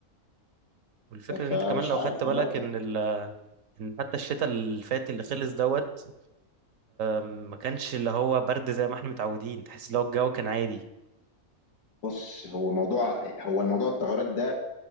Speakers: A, on the right (about 65°); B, on the left (about 85°).
A: والفكره ان
B: فمش
A: انت كمان لو
B: عارف
A: خدت بالك
B: والله
A: ان ال... ان حتى الشتاء اللي فات اللي خلص دوت ما كانش اللي هو برد زي ما احنا متعودين تحس لو الجو كان عادي
B: بص هو موضوع هو الموضوع التغيرات ده